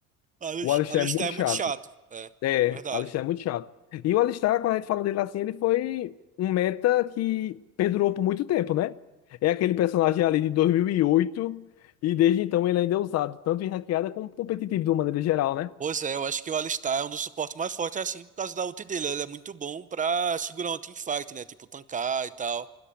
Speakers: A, on the right; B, on the left.
A: A
B: O Alistar
A: Alistar
B: é muito
A: é
B: chato.
A: muito chato. É,
B: É,
A: verdade.
B: Alistar é muito chato. E o Alistar, quando a gente fala dele assim, ele foi um meta que perdurou por muito tempo, né? É aquele personagem ali de 2008 e oito e desde então ele ainda é usado, tanto em ranqueada como competitivo de uma maneira geral, né?
A: Pois é, eu acho que o Alistar é um dos suportes mais fortes, assim, por causa da ult dele. Ele é muito bom pra segurar um teamfight, né? Tipo, tancar e tal.